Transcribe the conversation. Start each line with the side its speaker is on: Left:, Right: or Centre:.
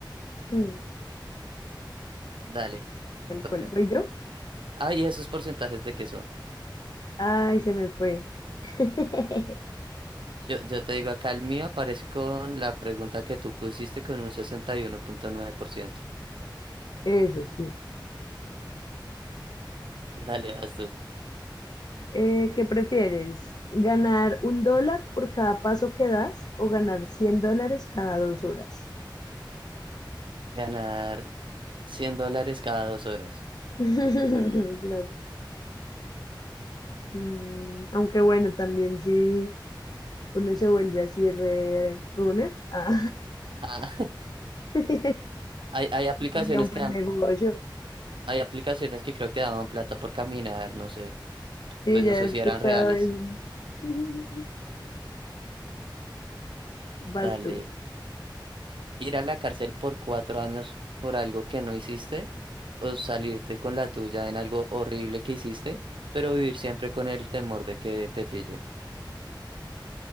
Left: Hmm,
Right: Dale,
Left: Tal
Right: te toca.
Left: cual voy yo.
Right: Ah, ¿y esos porcentajes de qué son?
Left: Ay, se me fue. <laughs>
Right: Yo, yo te digo, acá el mío aparece con la pregunta que tú pusiste con un sesenta y uno punto nueve por ciento.
Left: Eso sí.
Right: Dale, vas tú.
Left: Eh, ¿qué prefieres? ¿Ganar un dólar por cada paso que das o ganar cien dólares cada dos horas?
Right: Ganar 100 dólares cada dos horas.
Left: <laughs> Claro. Mm, aunque bueno, también si uno se vuelve así re runner, ah,
Right: Ah, <laughs>
Left: <laughs>
Right: hay, hay aplicaciones
Left: sería un buen
Right: que dan,
Left: negocio.
Right: hay aplicaciones que creo que daban plata por caminar, no sé,
Left: Sí,
Right: pues
Left: ya
Right: no sé
Left: he escuchado
Right: si eran reales.
Left: eso. <laughs> Vas
Right: Dale,
Left: tú.
Right: ir a la cárcel por cuatro años por algo que no hiciste o salirte con la tuya en algo horrible que hiciste, pero vivir siempre con el temor de que te pillen.